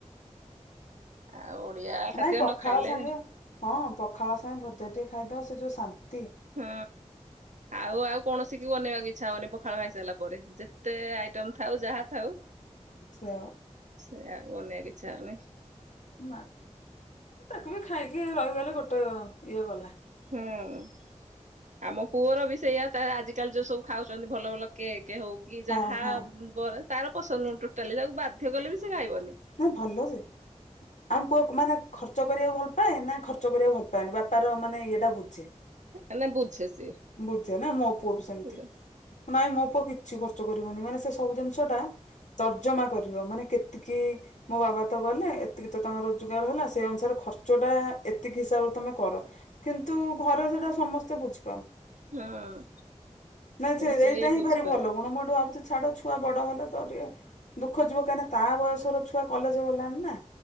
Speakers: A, on the right (about 80°); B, on the left (about 80°).
A: ଆଉ ଓଡିଆ ଖାଦ୍ୟ
B: ନାଇଁ ପଖାଳ
A: ନ ଖାଇଲେ
B: ସାଙ୍ଗେ ହଁ ପଖାଳ ସାଙ୍ଗେ ଭଜା ଟିକେ ଖାଇଦବ ସେ ଯୋଉ ଶାନ୍ତି।
A: ହଁ ଆଉ ଆଉ କୌଣସି କି ବନେଇବାକୁ ଇଚ୍ଛା ହବନି ପଖାଳ ଖାଇ ସାରିଲା ପରେ ଯେତେ ଆଇଟମ୍ ଥାଉ ଯାହା ଥାଉ।
B: ଆଚ୍ଛା।
A: ଏ ଆଉ ଅନେଇବାକୁ ଇଚ୍ଛା ହୋଉନି।
B: ନା ତାକୁ ବି ଖାଇକି ରହିଗଲେ ଗୋଟେ ଇଏ ଗଲା।
A: ହୁଁ। ଆମ ପୁଅର ବି ସେଇଆ ତ ଆଜିିକାଲି ଯୋଉ ସବୁ ଖାଉଛନ୍ତି ଭଲ ଭଲ କେକ୍। କେ ହୋଉ କି
B: ହଁ
A: ଯାହା
B: ହଁ
A: ତାର ପସନ୍ଦ ନ ଟୋଟାଲି ତାକୁ ବାଧ୍ୟ କଲେ ବି ସେ ଖାଇବନି।
B: ନା ଭଲ ଯେ ଆମ ପୁଅ ମାନେ ଖର୍ଚ୍ଚ କରିବାକୁ ଭଲ ପାଏ ନା ଖର୍ଚ୍ଚ କରିବାକୁ ଭଲ ପାଏନି ବାପାର ମାନେ ଇଟା ବୁଝେ।
A: ହେଲେ ବୁଝେ। ସିଏ
B: ବୁଝେ ନା ମୋ ପୁଅ ବି ସେମିତି
A: ପୁରା
B: ନାଇଁ ମୋ ପୁଅ କିଛି। ସେ ଖର୍ଚ୍ଚ କରିବନି ମାନେ ସେ ସବୁ ଜିନିଷ ଟା ତର୍ଜମା କରିବ ମାନେ କେତିକି ମୋ ବାବା ତ କଲେ ଏତିକି ତ ତାଙ୍କ ରୋଜଗାର ହେଲା ସେଇ ଅନୁସାରେ ଖର୍ଚ୍ଚ ଟା ଏତିକି ହିସାବରେ ତମେ କର କିନ୍ତୁ ମୁଁ ଘରେ ସେଟା ସମସ୍ତେ ବୁଝୁ
A: ହଁ
B: ନାଇଁ ସେ
A: ସିଏ
B: ଏଇଟା ହିଁ
A: ବୁଝିପାରେ
B: ଭାରି ଭଲ ଗୁଣ ମୁଁ ଏଠୁ ଭାବୁଛି ଛାଡ ଛୁଆ ବଡ ହେଲେ ତ ଟିକେ ଦୁଃଖ ଯିବ କାହିଁକି ନା ତା ବୟସର ଛୁଆ କଲେଜ ଗଲାଣି ନା।